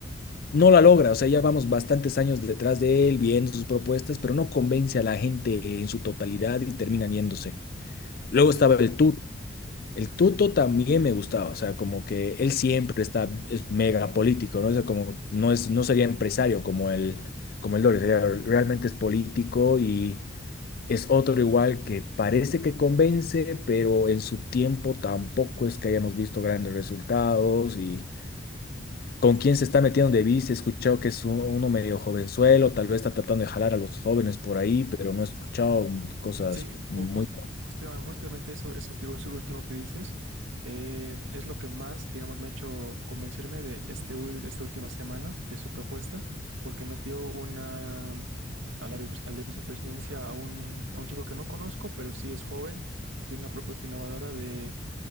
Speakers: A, on the left (about 50°); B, on the right (about 80°).
A: no la logra, o sea, ya vamos bastantes años detrás de él viendo sus propuestas, pero no convence a la gente en su totalidad y terminan yéndose. Luego
B: Sí.
A: estaba el Tuto, el Tuto también me gustaba, o sea, como que él siempre está, es mega político, ¿no? O sea, como no es, no sería empresario como el, como el Doris, realmente es político y es otro igual que parece que convence, pero en su tiempo tampoco es que hayamos visto grandes resultados. Y con quién se está metiendo de vice, he escuchado que es un- uno medio jovenzuelo, tal vez está tratando de jalar a los jóvenes por ahí, pero no he escuchado cosas
B: Sí,
A: muy...
B: ju- jus- justamente, justamente eso, eso que eso último que dices eh, es lo que más, digamos, me ha hecho convencerme de este, ul- esta última semana de su propuesta, porque metió una a la, vice- a la vicepresidencia a un, a un chico que no conozco, pero sí es joven y tiene una propuesta innovadora de